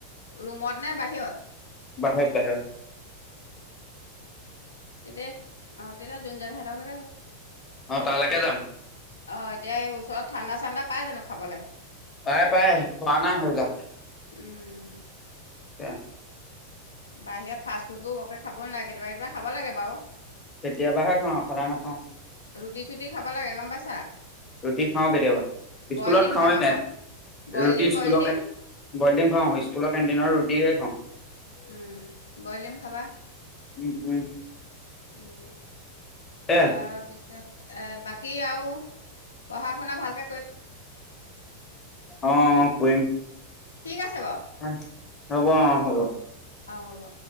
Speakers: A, on the left; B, on the left.
A: ৰুমত নাই বাহিৰত
B: বাহে', বাহে।
A: এতিয়া অ তেতিয়া জোন য সাতকলৈকে যোৱা
B: অ' তালৈকে যাম।
A: অ এতিয়া এই ওচৰত ঠাণ্ডা ঠাণ্ডা পাই জানো খাবলৈ
B: পাই পাই খোৱা নাই সেইবিলাক
A: উম
B: এ!
A: বাহিৰত ফাষ্ট ফুডবোৰ বৰকে খাব নালাগে। কেতিয়াবা কেতিয়াবা খাব লাগে বাৰু।
B: কেতিয়াবাহে খাওঁ, সদায় নখাওঁ।
A: ৰুটি চুটি খাব লাগে গম পাইছা
B: ৰুটি খাওঁ কেতিয়াবা
A: বইল
B: ।স্কুলত
A: ডিম
B: খাওঁৱে,
A: খাবা ব বইল
B: ৰুটি
A: ডিম
B: স্কুলৰ
A: বইল ডিম
B: বইড খাওঁ স্কুলৰ কেণ্টিনত ৰুটিয়ে খাওঁ। <unintelligible>
A: উম বইলিম খাবা
B: উম! উম!
A: উম
B: এ
A: তাৰপিছত এ বাকী আৰু পঢ়া শুনা ভালকে কৰি
B: অ অ কৰিম
A: ঠিক আছে বাৰু
B: হ'ব! অ' হ'ব!
A: অ হ'ব